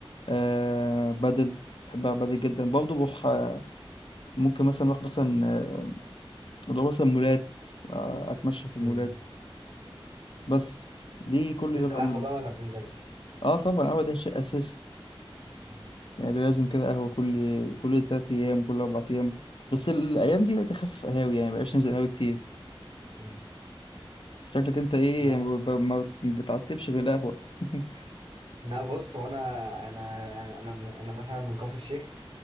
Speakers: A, on the left; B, on the right.
A: آه بدل بحب ألعب بدل جدا برضه بروح آه، ممكن مثلا اروح مثلا آه، اللي هو مثلا مولات آه اتمشى في المولات
B: امم
A: بس دي كل
B: تنزل
A: اللي بعمله
B: قهوه بقى ولا ما بتنزلش
A: اه طبعا هو ده شيء اساسي
B: مم.
A: يعني ده لازم كده قهوه كل كل تلات ايام كل اربع ايام بس الايام دي بقيت اخفف قهاوي يعني مبقاش ننزل قهاوي كتير
B: مم.
A: شكلك انت ايه
B: لا
A: ما ما- ما بتعتبش غير قهوه <laughs>
B: لا بص هو انا انا انا انا أنا مثلا من كفر الشيخ